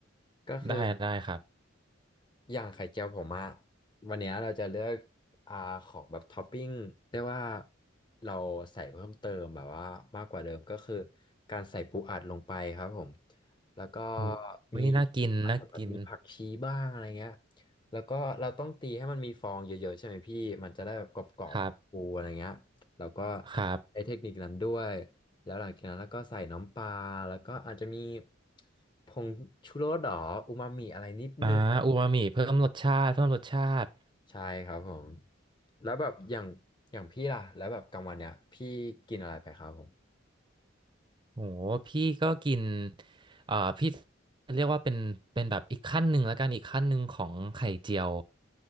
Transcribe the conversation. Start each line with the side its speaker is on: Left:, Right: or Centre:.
Left: ก็คือ
Right: ได้ได้ครับ
Left: อย่างไข่เจียวผมอะวันเนี้ยเราจะเลือกอ่าของแบบท็อปปิ้งเรียกว่าเราใส่เพิ่มเติมแบบว่ามากกว่าเดิมก็คือการใส่ปูอัดลงไปครับผมแล้วก็
Right: อุ้ยอุ๊ยน่ากินน่ากิน
Left: มีอาจจะแบบมีผักชีบ้างอะไรเงี้ยแล้วก็เราต้องตีให้มันมีฟองเยอะๆใช่ไหมพี่มันจะได้แบบกรอบๆฟูๆอะไรเงี้ยแล้วก็
Right: ครับครับ
Left: ใช้เทคนิคนั้นด้วยแล้วหลังจากนั้นแล้วก็ใส่น้ำปลาแล้วก็อาจจะมีผงชูรสหรออูมามิอะไรนิดนึง
Right: อ่าอูมามิเพิ่มรสชาติเพิ่มรสชาติ
Left: ใช่ครับผมแล้วแบบอย่างอย่างพี่ล่ะแล้วแบบกลางวันเนี่ยพี่กินอะไรไปครับผม
Right: โห พี่ก็กินเอ่อพี่เรียกว่าเป็น เป็นแบบอีกขั้นหนึ่งแล้วกันอีกขั้นหนึ่งของไข่เจียว